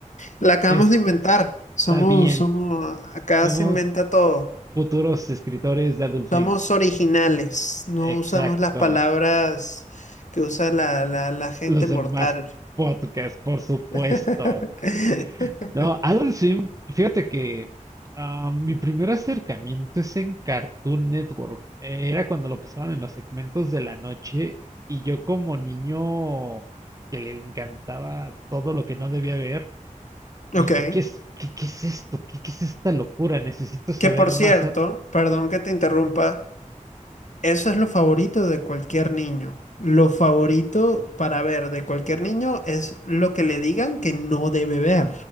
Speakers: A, on the left; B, on the right.
A: La acabamos
B: Es-
A: de inventar. Somos,
B: Está bien.
A: somos, acá
B: Somos
A: se inventa todo.
B: futuros escritores de Adult Swim.
A: Somos originales. No
B: Exacto.
A: usamos las palabras que usa la, la, la gente
B: Los
A: mortal.
B: demás podcasts, por supuesto.
A: <laughs>
B: No, Adult Swim, fíjate que ah, mi primer acercamiento es en Cartoon Network. Eh, Era cuando lo pasaban en los segmentos de la noche y yo como niño que le encantaba todo lo que no debía ver. Dije,
A: Ok.
B: ¿qué es, qué, qué es esto? ¿Qué, qué es esta locura? Necesito saber
A: Que por
B: más.
A: cierto,
B: a-
A: perdón
B: Ajá,
A: que te interrumpa. Eso es lo favorito de cualquier niño. Lo favorito para ver de cualquier niño es lo que le digan que no debe ver.